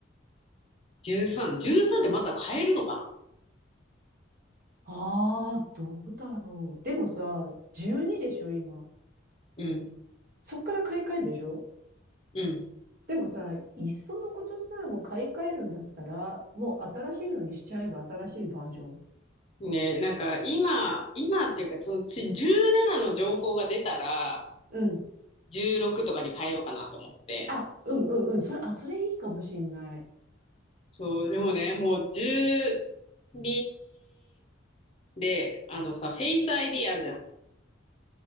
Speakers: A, on the left; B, on the right.
A: 13、13ってまだ買えるのかな
B: ああ、どうだろう。でもさ、12でしょ、今。
A: うん。
B: そっから買い替えんでしょ
A: うん。
B: でもさ、いっそのことさ、もう買い替えるんだったら、もう新しいのにしちゃえば新しいバージョン。
A: ね、なんか今、今っていうか、そのち17の情報が出たら、
B: うん。
A: 16とかに変えようかなと思って。
B: あ、うんうんうん。それ、あ、それいいかもしんない。
A: そう、でもね、もう12で、あのさ、フェイス ID あるじゃん。